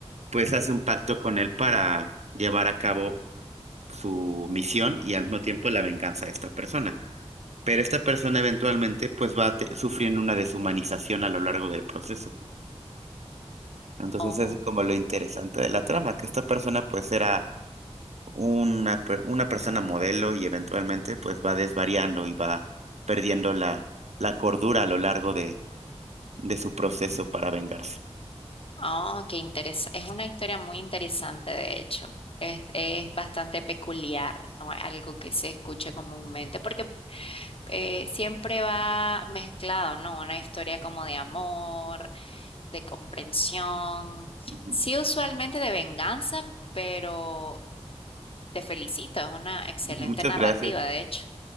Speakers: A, on the right (about 75°); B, on the left (about 55°).
A: pues hace un pacto con él para llevar a cabo su misión y al mismo tiempo la venganza de esta persona. Pero esta persona eventualmente pues va a te- sufriendo una deshumanización a lo largo del proceso. Entonces
B: Oh,
A: eso es como lo interesante de la trama, que esta persona pues era una, per- una persona modelo y eventualmente pues va desvariando y va perdiendo la, la cordura a lo largo de, de su proceso para vengarse.
B: oh, qué interesante. Es una historia muy interesante, de hecho. Es, es bastante peculiar, no es algo que se escuche comúnmente, porque eh, siempre va mezclado, ¿no? Una historia como de amor, de comprensión,
A: Ujú.
B: sí usualmente de venganza, pero te felicito, es una excelente
A: Muchas
B: narrativa,
A: gracias.
B: de hecho.